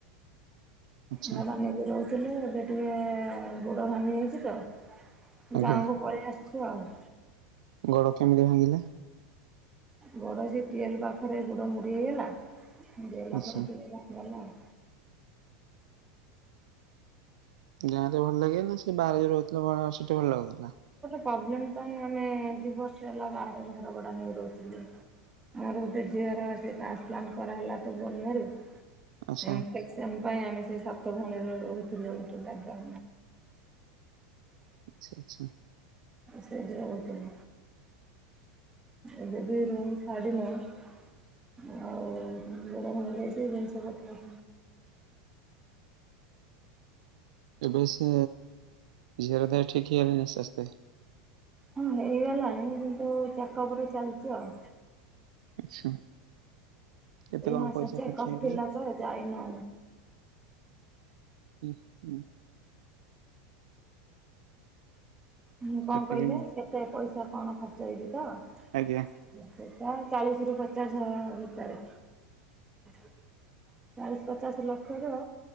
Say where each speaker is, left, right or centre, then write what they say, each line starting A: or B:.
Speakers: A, on the right; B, on the right.
A: ଆଚ୍ଛା
B: ଭଡା ନେଇକି ରହୁଥିଲୁ ଏବେ ଟିକେ ଗୋଡ଼ ଭାଙ୍ଗି ଯାଇଛି ତ
A: ଆଜ୍ଞା
B: ଯାହା ହଉ ପଳେଇ ଆସିଛି ଆଉ
A: ଗୋଡ କେମିତି ଭାଙ୍ଗିଲା
B: ଗୋଡ଼ ସେଇ ଟିୱଲ୍ ପାଖରେ ଗୋଡ଼ ମୋଡ଼ି ହେଇଗଲା ଏମିତି ହେଲା
A: ଆଚ୍ଛା।
B: ପରେ ଟିକଏ ଭାଙ୍ଗିଗଲା ଆଉ।
A: ଗାଁରେ ଭଲ ଲାଗେ ନା ସେ ବାହାରେ ରହୁଥିଲା ବେଳେ ସେଠି ଭଲ ଲାଗୁଥିଲା।
B: ପ୍ରୋବ୍ଲେମ୍ ପାଇଁ ଆମେ ଦୁଇ ବର୍ଷ ହେଲା ବାହାରେ ଘର ଭଡ଼ା ନେଇ ରହୁଥିଲୁ। ଆଉ ଗୋଟେ ଝିଅର ସେଇ ଟ୍ରାନ୍ସପ୍ଲାନ୍ କରାହେଲା ତ ପୂର୍ବରୁ
A: ଆଚ୍ଛା
B: ଇନଫେକ୍ସନ ପାଇଁ ଆମେ ସେ ସାତ ଭଉଣୀରେ ରହୁଥିଲୁ ଗୋଟେ ଜାଗା
A: ଆଚ୍ଛା ଆଚ୍ଛା।
B: ସେଇଠି ରହୁଥିଲୁ। ଏବେ ବି ରୁମ ଛାଡ଼ିନୁ। ଆଉ ଗୋଡ଼ ମୋଡ଼ି ହେଇଛି ଜିନିଷ ପତ୍ର।
A: ଏବେ ସେ ଜାଗାଟା ଠିକ ହେଲାଣି ଆସ୍ତେ ଆସ୍ତେ
B: ହଁ ହେଇଗଲାଣି କିନ୍ତୁ ଚକା ଉପରେ ଚାଲିଛି ଆଉ
A: ଆଚ୍ଛା। କେତେ
B: ଏଇ
A: କଣ
B: ମାସ
A: ପଇସା
B: ଚେକଅପ
A: ଖର୍ଚ୍ଚ ହେଇଗଲା?
B: ଥିଲା ଯେ ଯାଇନୁ
A: ହ ହୁଁ।
B: ହଁ କଣ
A: କେତେ
B: କହିଲେ
A: କେମି
B: କେତେ ପଇସା କଣ ଖର୍ଚ୍ଚ ହେଉଛିି
A: ଆଜ୍ଞା
B: ତ ଚାଳିଶ ରୁ ପଚାଶ ଭିତରେ ଚାଳିଶ ପଚାଶ ଲକ୍ଷ ର